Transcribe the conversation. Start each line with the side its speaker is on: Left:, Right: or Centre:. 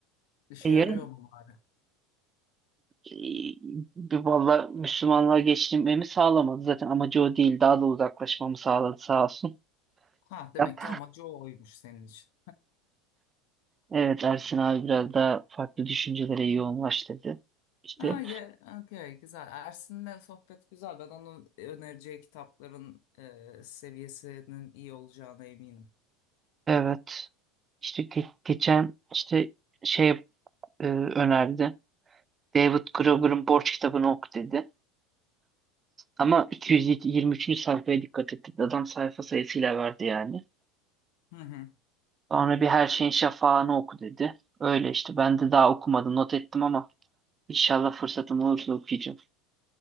Left: İşe
Right: E,
Left: yarıyor
Right: Yarım
Left: mu bari?
Right: e, valla Müslümanlığa geçirmemi sağlamadı. Zaten amacı o değil. Daha da uzaklaşmamı sağladı sağ olsun.
Left: Ha, demek
Right: Yap.
Left: ki amacı oymuş senin için.
Right: Evet Ersin abi biraz daha farklı düşüncelere yoğunlaş dedi. İşte
Left: Ha, ye, okey, güzel. Ersin'le sohbet güzel. Ben onun önereceği kitapların e, seviyesinin iyi olacağına eminim.
Right: evet. İşte ge- geçen işte şey e, önerdi. David Graeber'ın Borç kitabını oku dedi. Ama 223. sayfaya dikkat ettik. Adam sayfa sayısıyla verdi yani.
Left: Hı hı.
Right: Sonra bir Her Şeyin Şafağı'nı oku dedi. Öyle işte ben de daha okumadım not ettim ama İnşallah fırsatım olursa okuyacağım.